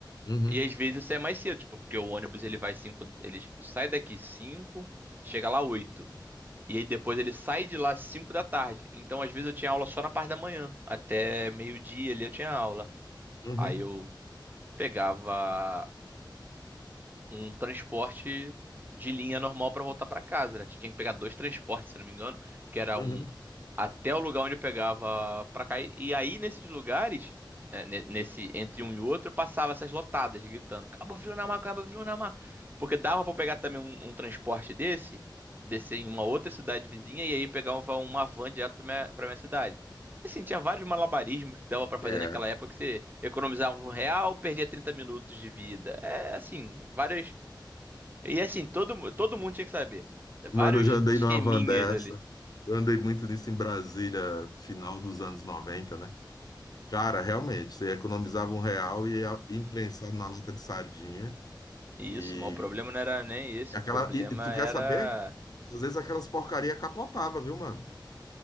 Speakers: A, on the left; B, on the right.
A: Uhum,
B: E às vezes isso é mais cedo, tipo, porque o ônibus ele vai cinco, ele sai daqui 5, chega lá 8, E aí depois ele sai de lá 5 da tarde. Então às vezes eu tinha aula só na parte da manhã, até meio-dia ali eu tinha aula.
A: uhum,
B: Aí eu pegava um transporte de linha normal para voltar para casa, né? Tinha que pegar dois transportes, se não me engano, que era
A: uhum.
B: um até o lugar onde eu pegava pra cair. E aí, nesses lugares, né, ne- nesse entre um e outro, eu passava essas lotadas gritando: Cabo Frio na mar, Cabo Frio na mar. Porque dava pra pegar também um, um transporte desse, descer em uma outra cidade vizinha e aí pegava uma van direto pra minha, pra minha cidade. Assim, tinha vários malabarismos que dava pra fazer
A: É.
B: naquela época que você economizava um real, perdia 30 minutos de vida. É assim, várias. E assim, todo, mu- todo mundo tinha que saber. Vários
A: Mano, eu já andei
B: esqueminhas
A: numa van dessa.
B: ali.
A: Eu andei muito nisso em Brasília, final dos anos 90, né? Cara, realmente, você economizava um real e ia imprensado na lata de sardinha.
B: Isso,
A: e
B: mas o problema não era nem esse,
A: E, aquela,
B: o problema
A: e, e tu quer
B: era.
A: saber? Às vezes aquelas porcaria capotava, viu, mano?